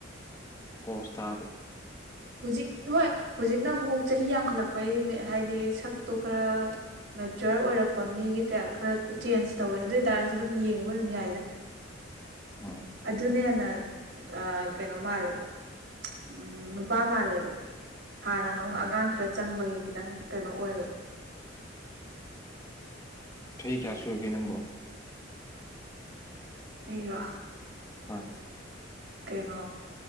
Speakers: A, on the left; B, on the right.
A: ꯄꯣꯁꯇꯥ
B: ꯍꯧꯖꯤꯛ ꯍꯣꯏ ꯍꯧꯖꯤꯛꯅ ꯑꯃꯨꯛ ꯆꯍꯤ ꯌꯥꯝꯈꯠꯂꯛꯄꯩ ꯍꯥꯏꯗꯤ ꯁꯛꯇꯣ ꯈꯔ ꯃꯦꯆꯣꯔ ꯑꯣꯏꯔꯛꯄ ꯂꯄ ꯃꯤꯒꯤꯇ ꯈꯔ ꯎ ꯆꯦꯟꯖ ꯇꯧꯋꯦ ꯑꯗꯨ ꯑꯣꯏꯇꯥꯔꯁꯨ ꯑꯗꯨꯝ ꯌꯦꯡꯕ ꯑꯗꯨꯝ ꯌꯥꯏꯗ
A: ꯎꯝ
B: ꯑꯗꯨꯅ ꯍꯦꯟꯅ ꯀꯩꯅꯣ ꯃꯥꯜꯂꯦꯕ ꯎꯝ ꯅꯨꯄꯥ ꯃꯥꯜꯂꯦꯕ ꯍꯥꯟꯅ ꯅꯪ
A: ꯎꯝ
B: ꯑꯉꯥꯡ ꯈꯔ ꯆꯪꯕꯒꯤ ꯈꯤꯇꯪ ꯀꯩꯅꯣ ꯑꯣꯏꯕ
A: ꯊꯩ ꯀꯌꯥꯁꯨꯒꯦ ꯅꯪꯕꯣ
B: ꯑꯩꯔꯣ
A: ꯍꯣꯏ
B: ꯀꯩꯅꯣ